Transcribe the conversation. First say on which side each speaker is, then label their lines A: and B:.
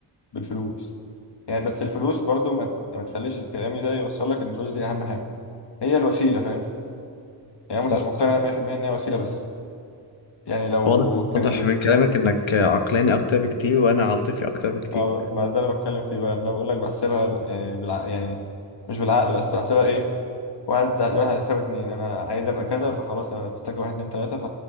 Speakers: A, on the left (about 55°); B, on the left (about 75°).
A: بالفلوس يعني بس الفلوس برضو ما, ت- ما تخليش الكلام ده يوصل لك ان الفلوس دي اهم حاجه هي الوسيله فاهم يعني أنا مت-
B: صح
A: مقتنع 100% ان هي وسيله بس يعني لو
B: واضح
A: كان
B: واضح
A: اللي
B: من كلامك انك عقلاني اكتر بكتير وانا عاطفي اكتر بكتير
A: ما, ما ده انا بتكلم فيه بقى إن انا بقول لك بحسبها ب- يعني بالع... يعني مش بالعقل بس بحسبها ايه واحد زائد واحد هيساوي اتنين انا عايز ابقى كذا فخلاص انا محتاج واحد اتنين تلاته